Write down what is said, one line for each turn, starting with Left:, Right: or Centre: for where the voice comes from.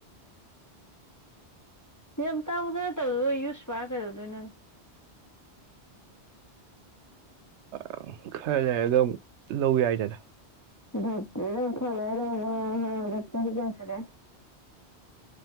Left: ꯎ ꯌꯥꯝ ꯇꯥꯡꯕꯗꯅ ꯇꯧꯔꯗꯣꯏ ꯌꯨꯁꯄꯥꯥꯏ ꯀꯩꯗꯧꯗꯣꯏꯅꯣ
Right: ꯑ ꯈꯔ ꯂꯩꯔꯒ ꯑꯃꯨꯛ ꯂꯧ ꯌꯥꯏꯗꯅ
Left: ꯐ ꯆ ꯍ ꯀꯁꯗꯦ <inaudible>